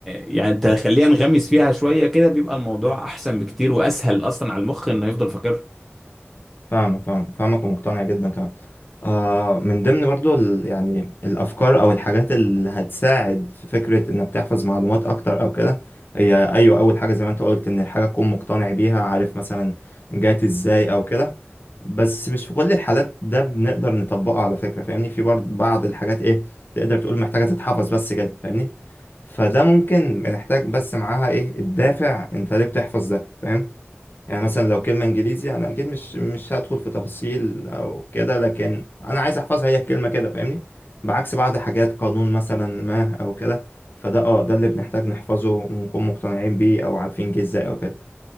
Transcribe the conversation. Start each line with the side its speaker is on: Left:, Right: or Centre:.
Centre: يعني تخليها نغمس فيها شويه كده بيبقى الموضوع احسن بكتير واسهل اصلا على المخ انه يفضل فاكرها
Left: فاهمك فاهمك فاهمك ومقتنع جدا كمان آه من ضمن برضو ال- يعني الافكار او الحاجات اللي هتساعد في فكره انك تحفظ معلومات اكتر او كده هي ايوه اول حاجه زي ما انت قلت ان الحاجه تكون مقتنع بيها عارف مثلا جات ازاي او كده بس مش في كل الحالات ده بنقدر نطبقه على فكره فاهمني في برضه بعض الحاجات ايه تقدر تقول محتاجه تتحفظ بس كده فاهمني فده ممكن بنحتاج بس معاها ايه الدافع انت ليه بتحفظ ده فاهم يعني مثلا لو كلمة انجليزي انا اكيد مش مش هدخل في تفاصيل او كده لكن انا عايز احفظها هي الكلمة كده فاهمني بعكس بعض حاجات قانون مثلا ما او كده فده اه ده اللي بنحتاج نحفظه ونكون مقتنعين بيه او عارفين جه ازاي او كده